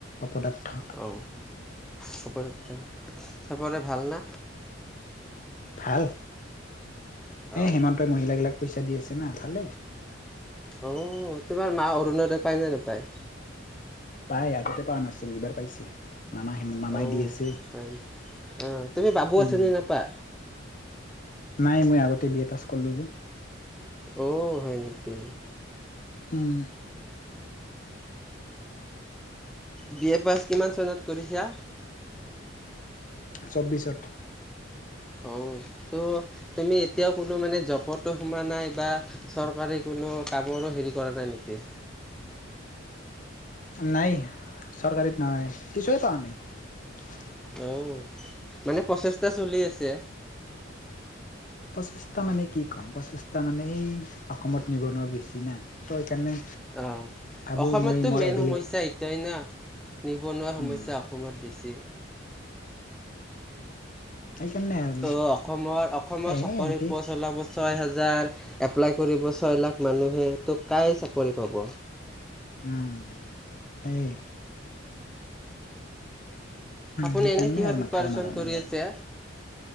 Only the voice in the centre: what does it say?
অ হ'ব চবৰে ভাল না
অ
অহ তোমাৰ মা অৰুণোদয় পায়নে নেপায়
অও
হয় অহ তুমি বাবু
আঁচনি নোপোৱা
অহ হয় নেকি
বি এ পাছ কিমান চনত কৰিছা?
অহ তহ তুমি এতিয়াও কোনো মানে জবতো সোমোৱা নাই বা চৰকাৰী কোনো কামৰো হেৰি কৰা নাই নেকি
অহ মানে প্ৰচেষ্টা চলি আছে
অহ
অসমততো
মেইন
সমস্যা এইটোৱেই না নিবনুৱাৰ সমস্যা
অসমত বেছি
অহ অসমৰ অসমৰ
চাকৰি
পোৱা চেলা বস্তু ছয় হাজাৰ এপ্লাই কৰিব ছয় লাখ মানুহে তহ কাই চাকৰি পাব
আপুনি
এনে কিহৰ
প্ৰিপাৰেচন
কৰি
আছে